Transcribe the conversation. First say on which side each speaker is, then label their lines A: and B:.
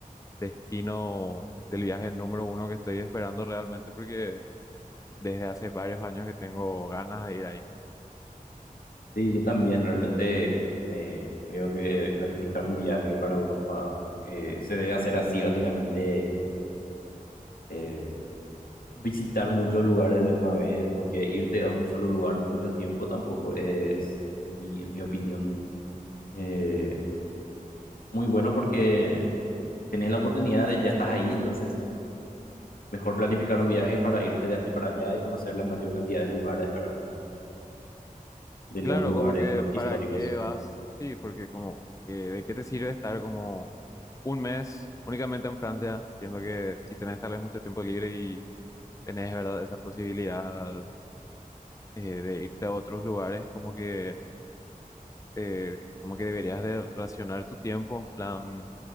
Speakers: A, on the left (about 20°); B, on the left (about 80°).
A: destino del viaje número uno que estoy esperando realmente porque desde hace varios años que tengo ganas de ir ahí.
B: Sí, yo también realmente eh, creo que planificar un viaje para Europa eh, se debe hacer así, básicamente eh, visitar muchos lugares de una vez, porque irte a un solo lugar mucho tiempo tampoco es, en mi, en mi opinión, eh, muy bueno porque tenés la oportunidad de ya estás ahí, entonces mejor planificar un viaje para irte de aquí para allá y conocer la mayor cantidad de lugares, ¿verdad? De, lo- de los
A: Claro,
B: lugares
A: como que
B: ma- históricos.
A: para qué vas, sí, porque como que de qué te sirve estar como un mes únicamente en Francia, siendo que si tenés tal vez mucho tiempo libre y tenés, ¿verdad?, esa posibilidad eh, de irte a otros lugares, como que, eh, como que deberías de racionar tu tiempo en plan,